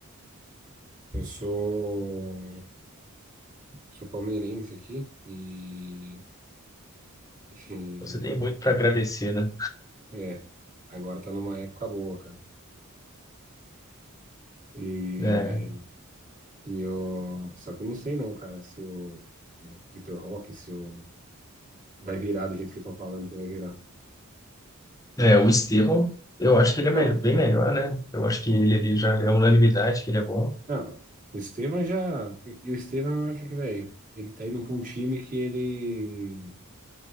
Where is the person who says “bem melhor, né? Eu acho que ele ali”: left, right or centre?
Left